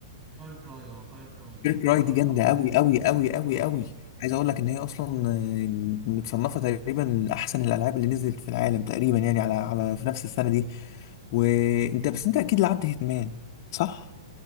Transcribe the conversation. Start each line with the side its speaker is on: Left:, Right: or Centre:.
Right: فاير كراي اه فاير كراي بالظبط
Left: كيرك راي
Right: فاير
Left: دي جامده
Right: كراي
Left: قوي قوي قوي قوي
Right: اه
Left: قوي عايز اقول لك ان هي اصلا آه، متصنفه تقريبا من احسن الالعاب اللي نزلت في العالم تقريبا يعني على على في نفس السنه دي وانت بس انت اكيد لعبت هيتمان صح